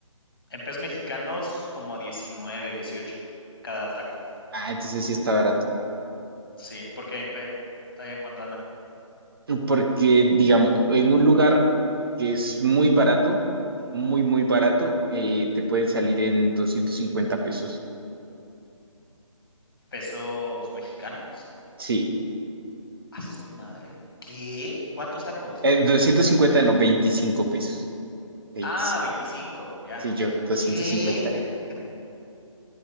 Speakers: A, on the left (about 45°); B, on the right (about 45°).
A: En pesos mexicanos, como a 19 18 cada taco.
B: Ah, entonces sí está barato.
A: Sí, porque eh, ahí en cuánto andan.
B: Porque, digamos, en un lugar que es muy barato, muy,
A: Ujú.
B: muy barato, eh, te pueden salir en 250 pesos.
A: ¿Pesos mexicanos?
B: Sí,
A: A su madre. ¿Qué? ¿Cuántos tacos?
B: eh, 250 no, 25 pesos. 25.
A: Ah, ah, 25. Ya,
B: Sí,
A: dije,
B: yo, 250.
A: ¿qué? <laughs>